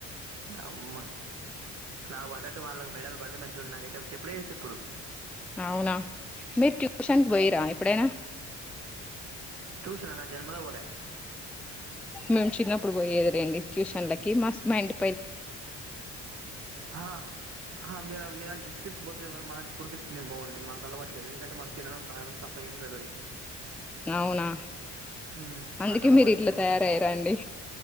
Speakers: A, on the right; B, in the centre.
A: అమ్మా నాకు పడ్డట్టు వాళ్ళకి మెడల్ పడితే మంచిగా నాకైతే చెప్పుడే చెప్పుడు
B: అవునా మీరు ట్యూషన్ కు పోయిరా ఎప్పుడ అయినా
A: టూషన్న జన్మలో పోలే
B: మేము చిన్నప్పుడు పోయేది రెండి ట్యూషన్లకి మా మైండ్
A: ఆ అ మీర్ అ మీలాంటి రిచకీల్స్ పోతురే మాలా అంటి వాల్ పుడ్ కిచ్చుకునే మో అండి మాకు అలవాట్లే దు ఎందుకఅంటే మాకు తినడం తాగడం తప్ప ఏం జరగదు అది
B: అవునా
A: మ్
B: అందుకే
A: మాకు అలవాట్
B: మీరు ఇట్లా
A: లేదు
B: తయారయ్యారండి